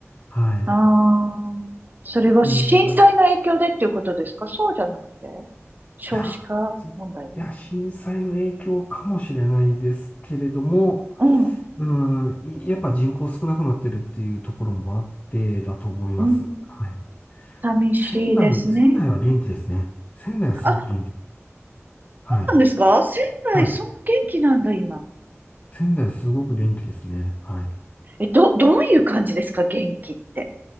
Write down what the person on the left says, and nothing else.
はい。
うん。
いや、すいや、震災の影響かもしれないですけれども、
うん、いやっぱ人口少なくなってるっていうところもあってだと思います。
はい。
仙台、仙台は元気ですね。仙台はすごく元気。
はい。
はい
仙台すごく元気ですね。はい。